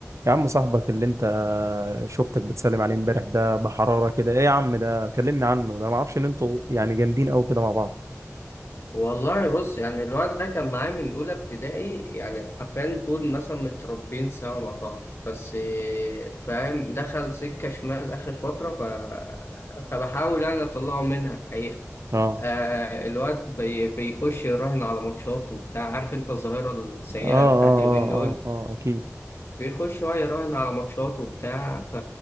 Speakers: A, on the right (about 70°); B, on the left (about 55°).
A: يا عم صاحبك اللي انت شفتك بتسلم عليه امبارح ده بحرارة كده ايه يا عم ده كلمني عنه ده ما اعرفش ان انتوا يعني جامدين قوي كده مع بعض
B: والله بص يعني الواد ده كان معايا من أولى ابتدائي يعني حرفيا دول مثلا متربيين سوا مع بعض بس إيه، فاهم دخل سكة شمال آخر فترة ف... فبحاول يعني أطلعه منها الحقيقة
A: اه
B: آه الواد بي... بيخش يراهن على ماتشات وبتاع عارف أنت الظاهرة السيئة
A: اه اه
B: بتاعت اليومين
A: اه
B: دول
A: اه, آه اكيد
B: بيخش بقى يراهن على ماتشات وبتاع ف...